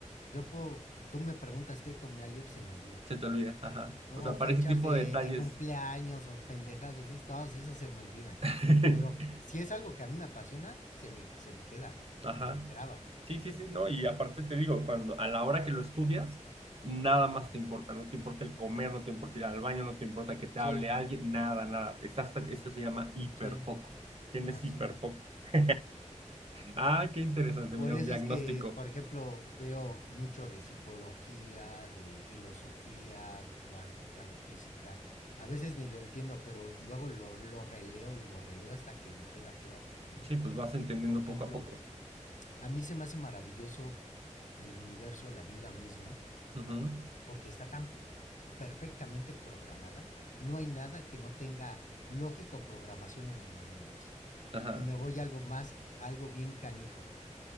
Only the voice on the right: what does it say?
se te olvida. Ajá. O
sea,
para
ese tipo
de detalles
<laughs>
Ajá.
Sí, sí, sí, no, y aparte te digo, cuando a la hora que lo estudias, nada más te importa, no te importa el comer, no te importa ir al baño, no te importa que te
hable alguien, nada, nada. Estás, tra- eso se llama hiperfoco.
Tienes
hiperfoco. <laughs> Ah, qué interesante,
mira,
un diagnóstico.
Sí, pues vas entendiendo
poco a poco.
Ujú.
Ajá.